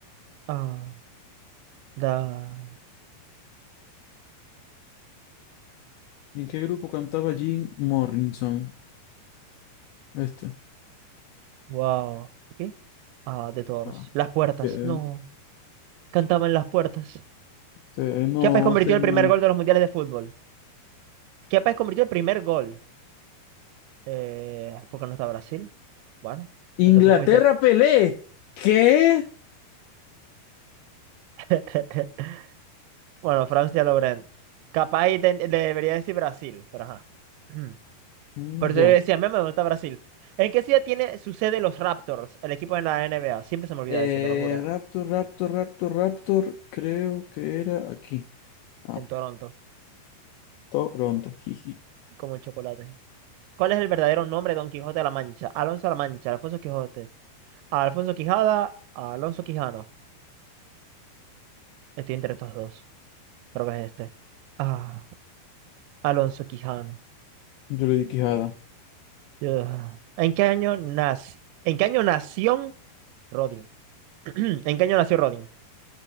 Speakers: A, on the right; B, on the left.
A: Ah. Da,
B: ¿En qué grupo cantaba Jim Morrison? Este.
A: wow. ¿Qué? Ah, The Doors.
B: Ah,
A: Las puertas.
B: que-
A: No. Cantaban las puertas.
B: que no,
A: Chiapas convirtió
B: señor.
A: el primer gol de los mundiales de fútbol. Chiapas convirtió el primer gol. Eh, porque no está Brasil. Bueno,
B: Inglaterra,
A: entonces fuiste.
B: Pelé. ¿Qué?
A: <laughs> Bueno, Francia Laurent. Capaz y te- debería decir Brasil, pero ajá. <clears throat>
B: Mm,
A: Por eso
B: ya.
A: yo decía, meme, ¿dónde está Brasil? ¿En qué ciudad tiene su sede los Raptors, el equipo de la NBA? Siempre se me olvida
B: Eh,
A: eso, te lo juro.
B: Raptor, Raptor, Raptor, Raptor. Creo que era aquí. Ah,
A: En Toronto.
B: Toronto. Jiji.
A: Y como el chocolate. ¿Cuál es el verdadero nombre de Don Quijote de la Mancha? Alonso de la Mancha, Alfonso Quijote. Alfonso Quijada, Alonso Quijano. Estoy entre estos dos. Creo que es este. Ah, Alonso Quijano.
B: Yo le di quijada.
A: Ugh. ¿En qué año nació? ¿En qué año nació Rodin? <clears throat> ¿En qué año nació Rodin?